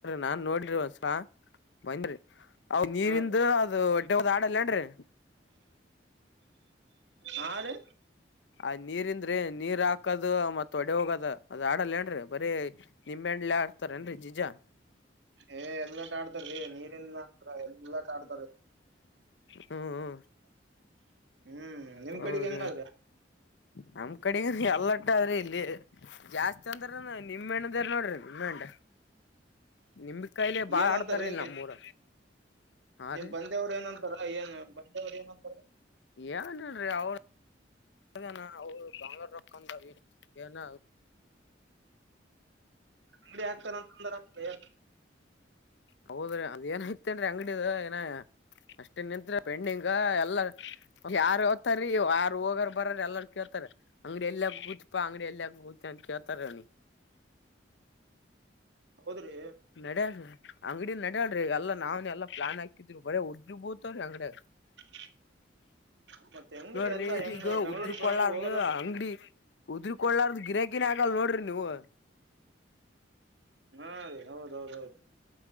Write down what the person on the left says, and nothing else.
ನಾನ್ ನೋಡ್ರಿ ಒಸ ಬಂದರಿ ಅ ನೀರಿಂದ
ಅದು ಒ. ದ ಅದಲ್ಲೇನ್ರಿ
ಆ ನೀರ್ಂದ್ರೆ ನೀರ್ ಹಾಕದು ಮತ್ತತ್ ಒಡೆ ಹೋಗದ ಅದು ಆಡಲ್ಲ. ನ್ರಿ ಬರೀ ನಿಂಬೆ ಹಣ್ಲಿ ಆಡ್ತಾರೇಏನ್ರಿ ಜಿಜಾ.
ಹೂ ಹೂ.
ಹೌರ
ನಮ ಕಡೆ ಎಲ್ಲ. ಟ್ರಿ ಇಲ್ಲಿ ಜಾಸ್ತಿ ಅಂದ್ರ ನಿಮ್ಮ ಎಣ್ಣದಾರ ನೋಡ್ರಿ ನಿಮ್ಮಣ್ಣ. ನಿಂಬ ಕಾಯಲೆ ಬಾಳ
ಆಡ್ತಾರಲ್
ನಮ್ಮೂರ ಹಾ
ರೀ.
ಏನ್ ಹೇಳ್ರಿ ಅವ. ಹಾಗ ಅವ ಬಂಗಾರಕ್ಕಂದ ಏನ.
ಹೌದ್ರಿ ಅದು ಏನಾಯ್ತು. ಇತ್ತೇನ್ರಿ ಅಂಗಡದು ಏನ. ಅಷ್ಟೇ ನಿಂತ್ ಪೆಂಡಿಂಗ ಎಲ್ಲಾರ ಯಾರ ಓತಾರೀ ಯಾರ ಹೋಗರ್ ಬರ್ರ ಎಲ್ಲಾರ್ ಕೇಳ್ತಾರ. ಅಂಗಡಿ ಎಲ್ಲ ಕೂತ್ಪಾ ಅಂಗಡಿ ಎಲ್ಲ ಕೂತ ಅಂತ ಕೇಳ್ತಾರನಿ.
ನಡ <inaudible> ಅಂಗಡ ನಡ್ಯಾಳರಿ ಎಲ್ಲ ನಾವ್ನ್ ಎಲ್ಲಾ ಪ್ಲಾನ್ ಹಾಕಿದ್ರಿ ಬರ ಉದ್ರಿ ಬೂತವ್ರಿ ಅಂಗಡ.
ನೋಡ್ರಿ
ಈಗ
ಉದ್ರಕೊಳ್ಳಾರ್ದ
ಅಂಗಡಿ ಉದ್ರಕೊಳ್ಳಾರ್ದ. ಗಿರಾಕಿ ನೆ ಆಗಲ್ ನೋಡ್ರಿ ನೀವು.